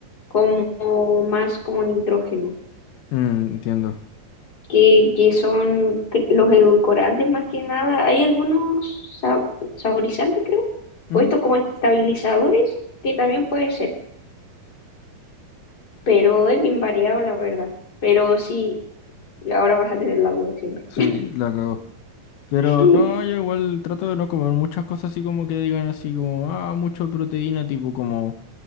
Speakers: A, on the left; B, on the left.
A: como más como nitrógeno,
B: Mm, entiendo.
A: que, que son cre- los edulcorantes más que nada. Hay algunos sa- saborizantes, creo,
B: Mm,
A: o estos como estabilizadores, que también puede ser, pero es bien variado, la verdad. Pero sí, ahora vas a tener la duda siempre.
B: Sí, la cagó. Pero
A: <laughs>
B: no, yo igual trato de no comer muchas cosas así como que digan así como, ah, mucho proteína, tipo como,